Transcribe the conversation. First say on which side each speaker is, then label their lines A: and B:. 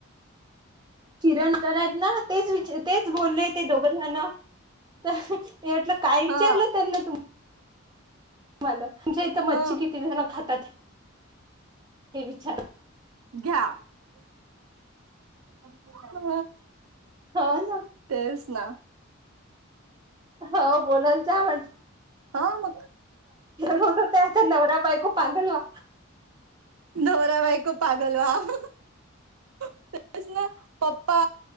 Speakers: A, on the right; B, on the right.
A: किरण करायत ना तेच विचार तेच बोलले ते दोघंजना मी विचार ल काय विचारलं
B: हा
A: त्यांना तुम्. माल तुमच्या इथं मच्छी
B: ह
A: किती जण खातात हे विचार
B: घ्या अच् <unintelligible>
A: हो ना
B: तेच ना
A: हो बोलायला जा म्हटलं
B: हा मग
A: होत त्या नवरा बायको पागल होल.
B: नवरा बाईक पागलवाच नातेचन पप्पा